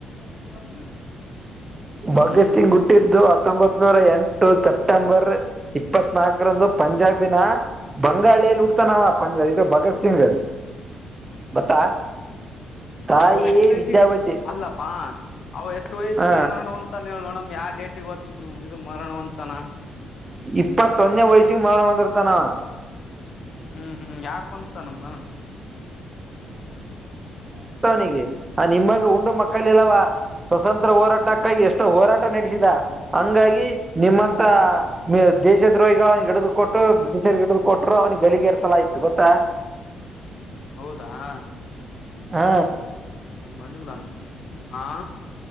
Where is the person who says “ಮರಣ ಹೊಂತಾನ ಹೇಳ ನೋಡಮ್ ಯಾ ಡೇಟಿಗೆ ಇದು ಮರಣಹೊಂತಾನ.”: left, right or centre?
Left